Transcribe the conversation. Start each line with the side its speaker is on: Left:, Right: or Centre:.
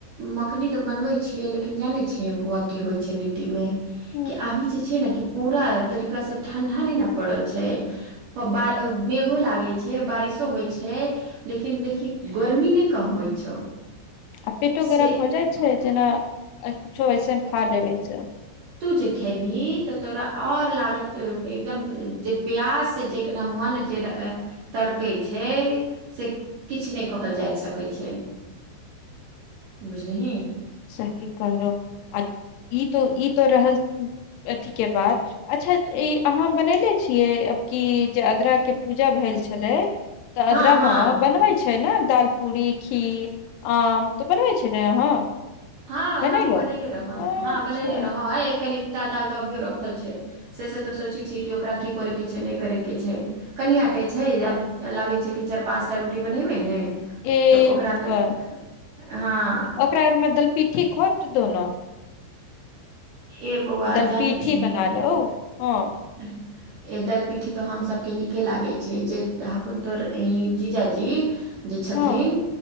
Right: मखनी तऽ बनबै छियै लेकिन जाने छियै बौआ की होइ छै लिट्टी मे
Left: ह
Right: कि अभी जे छै नऽ कि पूरा तरीका सँ ठंडा नहि नऽ पड़ल छै प बा मेघो लागै छै बारिशो होइ छै लेकिन देखही गर्मी नहि कम होइत छौ
Left: आ पेटो
Right: से
Left: गरम हो जाइ छै जेना कुछो ऐसन खा लेबै सँ
Right: तू जे खेबही तऽ तोरा आऔर लागत एकदम जे प्यास से जे केना मन जे तड़पे छै से किछ नहि कहल जाय सकै छै बुझलिही
Left: सही कहलहुँ आ ई तो ई तो रहल अथी के बात अच्छा ई अहाँ बनले छियै आब कि जे अदराक के पूजा भेल छलै तऽ
Right: हाँ
Left: अदराम
Right: हाँ
Left: बनबै छै न दाल पूरी खीर आ तो बनबै छलै अहाँ
Right: हँ
Left: बनैलो
Right: हमहूँ बनले रहुँ
Left: अच्छा
Right: हँ बनले रहुँ आ कनिकटा दाल तऽ अभियो रखल छै से सब तऽ सोचै छियै कि ओकरा की करे के छै नहि करेके छै कनियाँ अटे छै आब लागैत छै कि चार पाँच टा रोटी बनेबै ने
Left: ए
Right: तऽ ओकरामे
Left: <unintelligible>
Right: हाँ
Left: ओकरा आर मे दल पिट्ठी खोट दू ने
Right: ए बौआ
Left: दल
Right: जानै
Left: पीठी
Right: छी
Left: बना लो हँ
Right: <inaudible> ए दल पिट्ठी तो हमसभके नीके लागे छै जे हकुन तोर ई जीजाजी जे छथिन
Left: हँ